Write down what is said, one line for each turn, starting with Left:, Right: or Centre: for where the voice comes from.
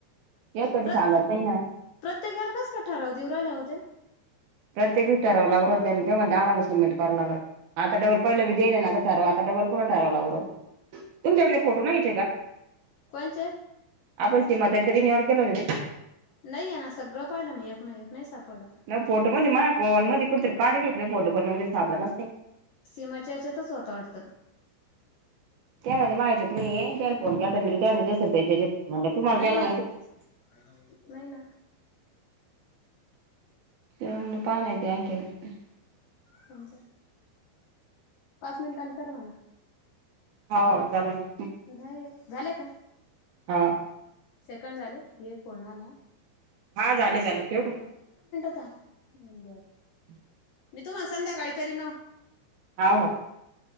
Right: ते कधी
Left: प्रत्य
Right: सांगत नाही ना
Left: प्रत्येकाला कस काय ठराव, देउ राहील्या त्या?
Right: प्रत्येकच ठरावला तेव्हा ते म्हणत आम्हाला समीट करू नका लागत आता पहि दे ना आता ठरवा, आता डबल पुन्हा ठरवला ब तुमच्याकडे ते फोटो नाहीयचे का?
Left: कोणचे
Right: आपण सीमा ताई तरी <unintelligible> केलं होत, ते.
Left: नाही आहे ना सगळं पाहिलं मी एक ना एक नाही सापडला
Right: नाही फोटो मध्ये मझ फोन मध्ये कुठतरी काढ फोटो फोन मध्ये सापडणारच नाही.
Left: सीमाच्या याच्यातच होता वाटत?
Right: त्यामध्ये माहतीच नाहीे, त्याला फोन कर त्या <unintelligible> तुम्हाला
Left: नाही
Right: केला.
Left: नाही नाही ना
Right: <unintelligible>
Left: हा कोणच पाच मिनिटने करना?
Right: हो, <unintelligible>
Left: नाही झाले का
Right: हा
Left: सेकंड झाले ये फोनला.
Right: हा झाले, झाले ठेव.
Left: <unintelligible> बरं.
Right: <inaudible>
Left: मी तुम्हाला, संध्याकाळी करीन. ओ.
Right: <unintelligible>